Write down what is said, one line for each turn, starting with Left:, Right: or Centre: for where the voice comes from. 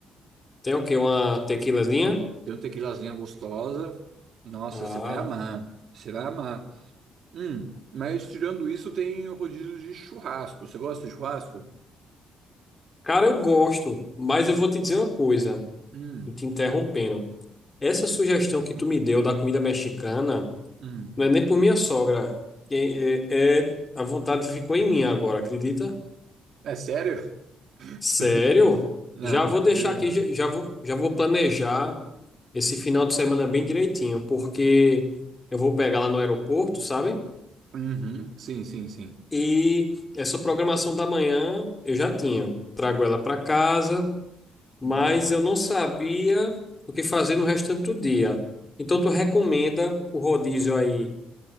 Left: Tem o quê? Uma tequilazinha?
Right: Tem um tequilazinha gostosa. Nossa,
Left: Ah,
Right: você vai amar. Você vai amar. Hum, mas tirando isso, tem o rodízio de churrasco. Você gosta de churrasco?
Left: cara, eu gosto, mas eu vou te dizer uma coisa.
Right: Hum,
Left: E te interrompendo. Essa sugestão que tu me deu da comida mexicana
Right: hum.
Left: não é nem por minha sogra. que É, é- é, a vontade ficou em mim agora, acredita?
Right: É sério? <laughs>
Left: Sério?
Right: Ah,
Left: Já
Right: bacana.
Left: vou deixar aqui, já, já vou, já vou planejar esse final de semana bem direitinho, porque eu vou pegar lá no aeroporto, sabe?
Right: Uhum, sim, sim, sim.
Left: E essa programação da manhã eu já tinha. Trago ela para casa. mas
Right: Boa.
Left: eu não sabia o que fazer no restante do dia. Então, tu recomenda o rodízio aí,